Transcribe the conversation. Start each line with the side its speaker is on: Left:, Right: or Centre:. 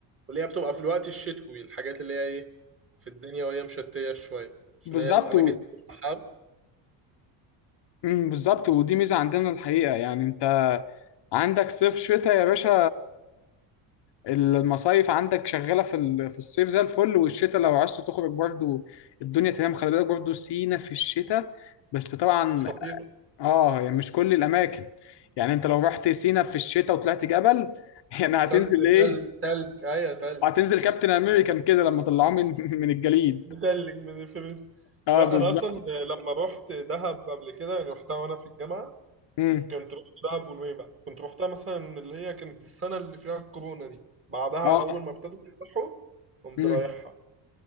Right: واللي هي بتبقى في الوقت الشتوي الحاجات اللي هي ايه في الدنيا وهي مشتية شوية عشان
Left: بالظبط
Right: هي الأماكن
Left: و...
Right: دي بتبقى حر
Left: مم، بالظبط ودي ميزة عندنا الحقيقة يعني انت عندك صيف شتاء يا باشا المصايف عندك شغالة في ال- في الصيف زي الفل والشتاء لو عايز تخرج برضو الدنيا تمام خلي بالك برضو سينا في الشتاء بس طبعا
Right: خطيرة
Left: اه هي مش كل الاماكن يعني انت لو رحت سينا في الشتاء وطلعت جبل <laughs> يعني هتنزل
Right: سانت
Left: ايه
Right: تلج تلج ايوه تلج
Left: هتنزل كابتن امريكان كده لما طلعوه من <laughs> من الجليد
Right: متلج من الفلوس
Left: اه
Right: لا
Left: بالظبط
Right: انا اصلا لما رحت دهب قبل كده يعني رحتها وانا في الجامعة
Left: امم
Right: كنت رحت دهب ونويبع كنت رحتها مثلا اللي هي كانت السنة اللي فيها الكورونا دي بعدها
Left: اه
Right: أول ما ابتدوا يفتحوا قمت
Left: امم
Right: رايحها